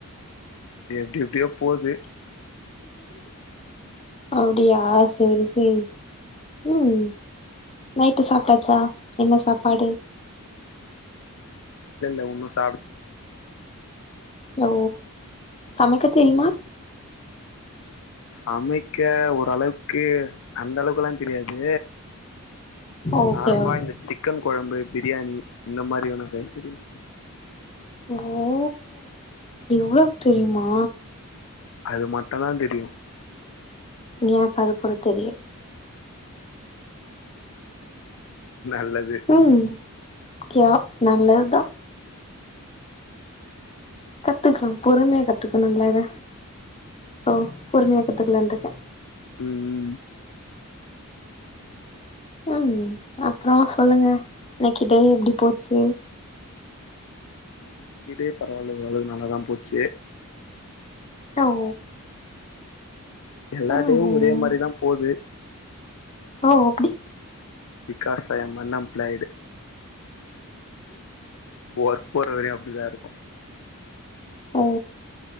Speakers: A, on the left (about 65°); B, on the left (about 30°).
A: எப்டி எப்டியோ போது
B: அப்டியா சேரி சேரி ம் நைட்டு சாப்ட்டாச்சா என்ன சாப்பாடு
A: இல்ல இல்ல ஒன்னு சாப்ட
B: லோ சமைக்க தெரியுமா
A: சமைக்க ஓர் அளவுக்கு அந்த அளவுக்குல்லா தெரியாது
B: ஓகே
A: நார்மலா
B: ஓகே
A: இந்த சிக்கன் கொழம்பு பிரியாணி இந்த மாரி வேணா செய்ய தெரியும்
B: ஓ இவ்ளவு தெரியுமா
A: அது மட்டுந்தா தெரியு
B: எனக்கு அது கூட தெரியாது
A: நல்லது
B: ம் கியா நல்லதுதா கத்துக்கலா பொறுமையா கத்துக்கணுல்ல இத சோ பொறுமையா கத்துக்கலான்ட்டுருக்க
A: ம் ம்
B: ம் அப்புறோ சொல்லுங்க இன்னக்கி டே எப்டி போச்சு
A: இன்னிக்கு டே பரவாயில்ல ஓரளவுக்கு நல்லாதா போச்சு
B: சௌ
A: எல்லா
B: ம்
A: டேயு ஒரே மாரிதா போது
B: ஓ அப்டி
A: பிகாஸ் ஐம் அன்எம்ப்ளாய்டு ஒர்க் போற வரயு அப்டிதா இருக்கு
B: ஓ